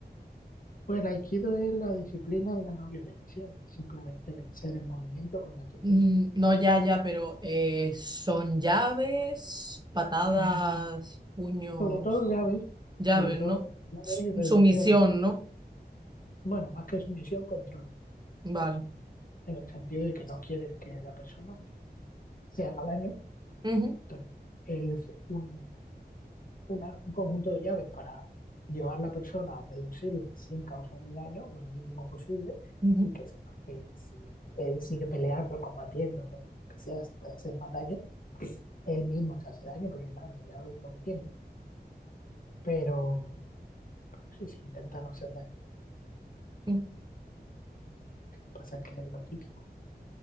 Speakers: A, on the left; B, on the right.
A: Pues el Aikido es la disciplina de la no violencia, es simplemente vencer el movimiento con la quietud.
B: Mm, No, ya, ya, pero eh, son llaves, patadas, puños,
A: Sobre todo llaves,
B: llaves,
A: sobre todo
B: ¿no?
A: llaves
B: S-
A: y reducciones.
B: Sumisión, ¿no?
A: Bueno, más que sumisión, control,
B: Vale.
A: en el sentido de que no quieres que la persona se haga daño.
B: Ujú,
A: Entonces, es un, una- un conjunto de llaves para llevar la persona a reducirla sin causarle daño o el mínimo posible
B: ujú,
A: y que, sepa que si él sigue peleando, combatiendo o lo que sea, se puede hacer más daño. Él mismo se hace daño, pero claro, las llaves es lo que tiene. pero sí se intenta no hacer daño.
B: ujú.
A: Pasa que es lo típico.